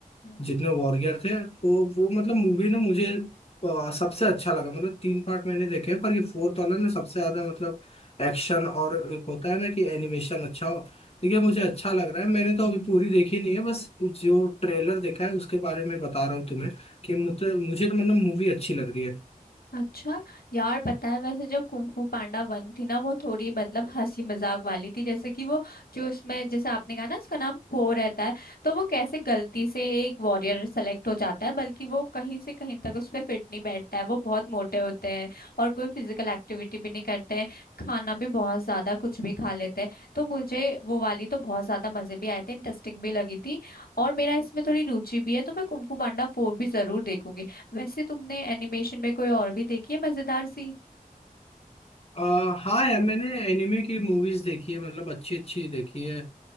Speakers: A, on the left; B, on the left.
A: हम्म
B: जितने वॉरियर थे तो वो मतलब मूवी ना मुझे आ, सबसे अच्छा लगा मतलब तीन पार्ट मैंने देखे हैं पर ये फोर्थ वाला ना सबसे ज्यादा मतलब एक्शन और एक होता है ना कि एनिमेशन अच्छा हो देखिए मुझे अच्छा लग रहा है मैंने तो अभी पूरी देखी नहीं है बस जो ट्रेलर देखा है उसके बारे में बता रहा हूँ तुम्हें कि मुझे मुझे तो मतलब मूवी अच्छी लग रही है
A: अच्छा यार पता है वैसे जो कुंफू पांडा वन थी ना वो थोड़ी मतलब हंसी मजाक वाली थी जैसे कि वो जो उसमें जैसे आपने कहा ना उसका नाम पो रहता है तो वो कैसे गलती से एक वॉरियर सेलेक्ट हो जाता है बल्कि वो कहीं से कहीं तक उस पर फिट नहीं बैठता है वो बहुत मोटे होते हैं और कोई फिजिकल एक्टिविटी भी नहीं करते हैं खाना भी बहुत ज्यादा कुछ भी खा लेते हैं तो मुझे वो वाली तो बहुत ज्यादा मजे भी आए थे इंटरेस्टिंग भी लगी थी और मेरा इसमें थोड़ी रुचि भी है तो मैं कुंफू पांडा फोर भी जरूर देखूंगी वैसे तुमने एनिमेशन में कोई और भी देखी है मजेदार सी
B: आ, हाँ यार मैंने एनिमे की मूवीज देखी है मतलब अच्छी अच्छी देखी है